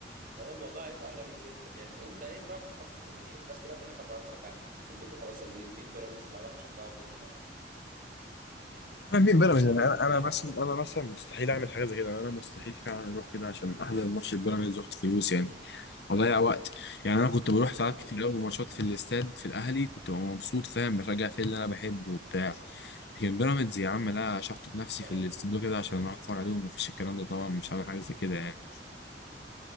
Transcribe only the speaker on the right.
فهو الموضوع هيبقى غريب جدا يعني وانت اين راحت اصلا جماهير الناس كلها تقول لك لما اتفرج على البيت في البيت وخلاص مين مين بيراميدز اللي هروح اشجعه في ال-
في
الملعب
ده
ب...
أيوة.